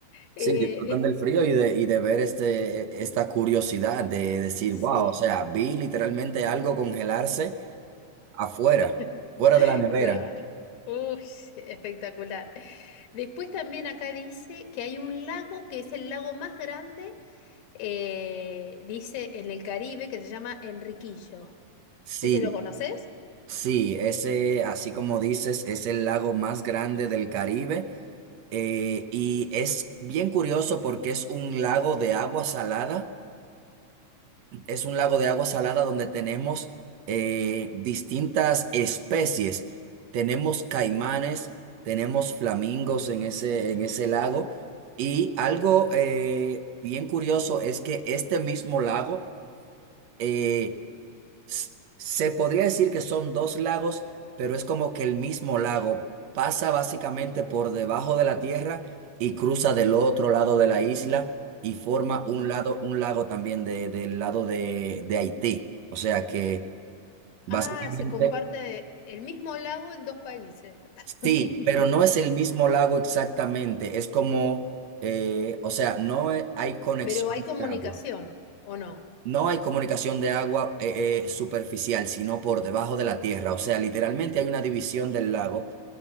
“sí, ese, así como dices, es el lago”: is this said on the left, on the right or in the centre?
Right